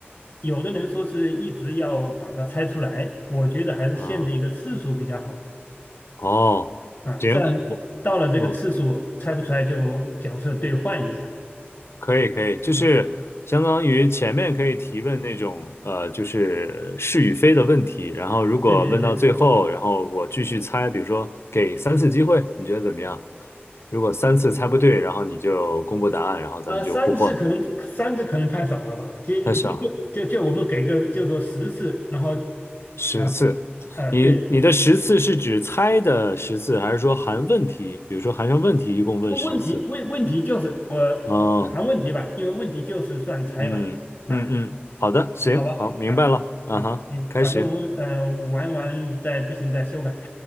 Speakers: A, on the left; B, on the left.
A: 有的人说是一直要把它猜出来，我觉得还是限制一个次数比较好
B: 啊，哦，
A: 啊。
B: 行，
A: 这样到了这个次数猜不出来就角色兑换一下。
B: 我，嗯，可以，可以，就是相当于前面可以提问那种，
A: 啊，
B: 呃，就是是与非的问题，然后如果问到最后，
A: 对对对，
B: 然后我继续猜，比如说给三次机会，你觉得怎么样？如果三次猜不对，然后你就公布答案，然后咱们就互换。
A: 呃，三次可能三次可能太少了吧？就就就就就我们给个就说十次，
B: 开始啊，
A: 然后，
B: 十次，
A: 啊啊，
B: 你你的十次是指猜的十次，
A: 对，
B: 还是说含问题？比如说含上问题，一共问十次？
A: 问问题问问题就是我谈问题吧，
B: 哦，
A: 因为问题就是算猜吧，
B: 嗯嗯嗯，
A: 啊，
B: 好的，行，
A: 好吧，
B: 好，明白了，
A: 啊啊，
B: 啊哈，
A: 行，
B: 开始，
A: 反正我们嗯、呃、玩完再不行再修改，